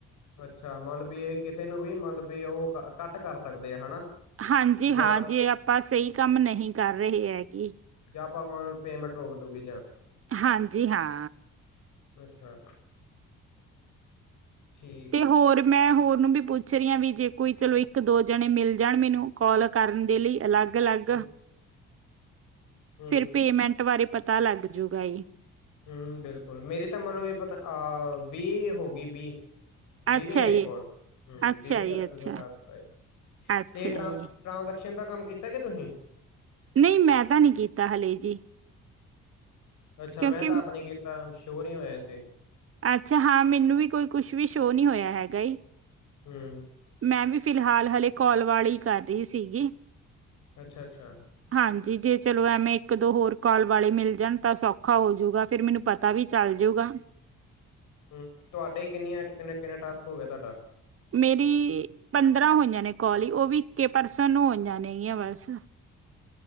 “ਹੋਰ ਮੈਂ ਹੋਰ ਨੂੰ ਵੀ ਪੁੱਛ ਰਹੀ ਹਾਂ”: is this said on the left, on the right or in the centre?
Right